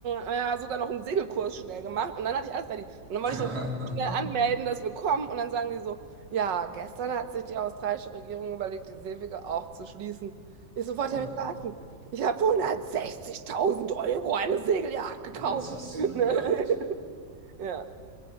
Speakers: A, on the right (about 85°); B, on the right (about 55°).
A: äh, ja, sogar noch einen Segelkurs schnell gemacht. Und dann hatte ich alles ready. Und dann wollte
B: <laughs>
A: ich das schnell anmelden, dass wir kommen. Und dann sagen die so, ja, gestern hat sich die australische Regierung überlegt, die Seewege auch zu schließen. Ich sofort
B: Oh
A: habe
B: nein.
A: mich verarschen. Ich habe für 160.000 Euro eine Segeljagd gekauft.
B: Jetzt hast
A: <laughs>
B: du eine Yacht.
A: Ja,